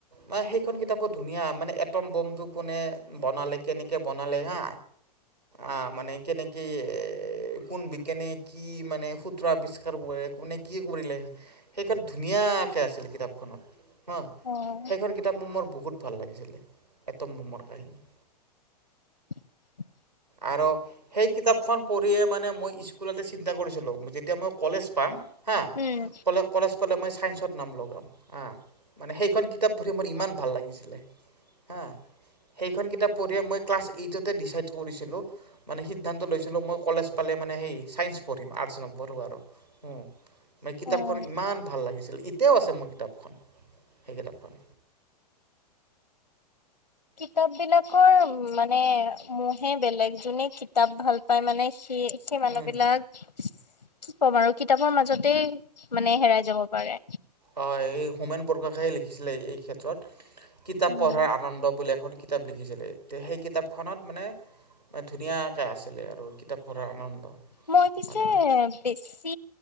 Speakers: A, on the right; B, on the left.
A: মা সেইখন কিতাপো ধুনীয়া মানে এটম বমটো কোনে বনালে, কেনেকে বনালে হা? আ মানে কেনেকে কোন বিজ্ঞানে কি মানে সু ত্ৰ আৱিষ্কাৰ কৰে, কোনে কি কৰিলে সেইখন ধুনীয়াকে আছিল কিতাপখনত। হা
B: উম,
A: সেইখন কিতাপ ম মোৰ বহুত ভাল লাগিছিলে, এটম বোমৰ কাহিনী।
B: <inaudible>
A: আৰু সেই কিতাপখন পঢ়িয়ে মানে মই স্কুলতে চিন্তা কৰিছিলোঁ যেতিয়া মই কলেজ পাম হা
B: উম,
A: কলে- কলেজ পালে মই ছাইন্সত নাম লগাম হা। মানে সেইখন কিতাপ পঢ়ি মোৰ ইমান ভাল লাগিছিলে হা সেইখন কিতাপ পঢ়িয়ে মই ক্লাছ এইটতে ডিচাইড কৰিছিলোঁ। মানে সিদ্ধান্ত লৈছিলোঁ মই কলেজ পালে মানে সেই ছাইন্স পঢ়িম, আৰ্টচ নপঢ়োঁ আৰু। উম, মা কিতাপখন
B: উম,
A: ইমান ভাল লাগিছিল এতিয়াও আছে মোৰ কিতাপখন। সেই কিতাপখন।
B: কিতাপবিলাকৰ মানে মহে বেলেগ যোনে কিতাপ ভাল পায় মানে সি সেই মানুহবিলাক
A: উম
B: কি ক'ম আৰু কিতাপৰ মাজতে মানে হেৰাই যাব পাৰে।
A: অ এই হোমেন বৰগোহাঞিয়ে লিখিছিলে এই ক্ষেত্ৰত, কিতাপ
B: উম,
A: পঢ়াৰ আনন্দ বুলি এখন কি কিতাপ লিখিছিলে তে সেই কিতাপখনত মানে মানে ধুনীয়াকে আছিলে আৰু কিতাপ পঢ়াৰ আনন্দ।
B: মই পিছে
A: মানে
B: বেছি